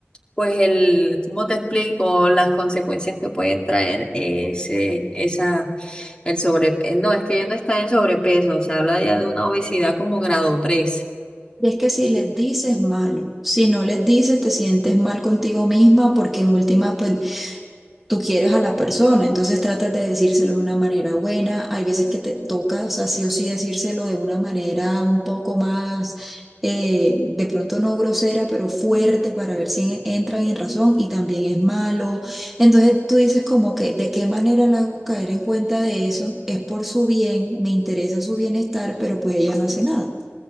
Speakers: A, on the left; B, in the centre.
A: pues el, ¿cómo te explico las consecuencias que pueden traer ese, esa, el sobrepeso? No, es que ya no está en sobrepeso, se habla ya de una obesidad como grado 3.
B: Y es que si les dices malo, si no les dices te sientes mal contigo misma porque en últimas pues tú quieres a la persona, entonces tratas de decírselo de una manera buena, hay veces que te toca, o sea, sí o sí decírselo de una manera un poco más, eh, de pronto no grosera, pero fuerte para ver si en- entran en razón y también es malo, entonces tú dices como que de qué manera la hago caer en cuenta de eso, es por su bien, me interesa su bienestar, pero pues ella no hace nada.